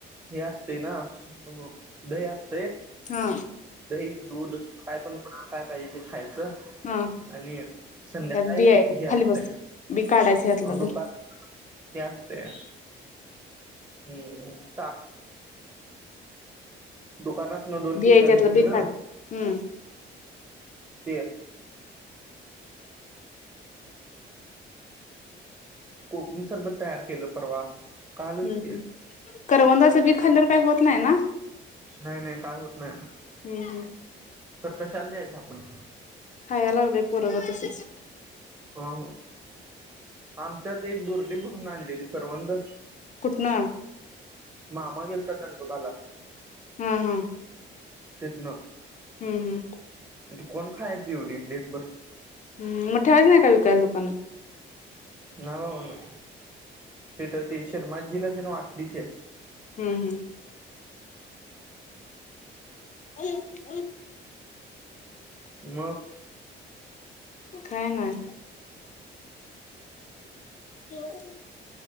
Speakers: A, on the right (about 20°); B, on the left (about 40°).
A: हे असतय ना, हो दही अस तय. ते
B: हा
A: दही -दूध काय पण खा. काय पायजे ते खायचं
B: हा
A: आणि संध्याकाळी
B: ह्यात बी आहे
A: हे असतय,
B: खाली बस बी काढायचं ह्यातला
A: दुपार
B: धर
A: ते असतय हम् ताक. दुकानात दोन
B: बी
A: पिशव्या
B: आहे त्यातला
A: नेतोेय
B: बी
A: ना,
B: काढ हम्म
A: ते कोकुम सरबत तयार केलो परवा कालच
B: हम्म हम्म
A: की.
B: करवंदाचं बी खाल्ल्यावर काही होत नाही ना?
A: नाही नाही काय होत नाही.
B: हम्म हम्म.
A: तर कशाला द्यायचं आपण.
B: खाय लागलेय पोरग तसच.
A: होहो. आमच्यात एक बुर्गी दुरडी भरून आणलेली करवंद.
B: कुठन?
A: मामा गेलता दंडोबाला
B: हम हम
A: तीतन.
B: हम्म हम्म
A: ती कोण खायची एवढी? ढीगभर.
B: हम् मग ठेवायच नाही का विकायला दुकानात?
A: ना बा ना. ते तर ते शर्मा आजीला त्यां <unintelligible> की
B: हम्म हम्म <unintelligible>
A: मग.
B: काय नाय. हो.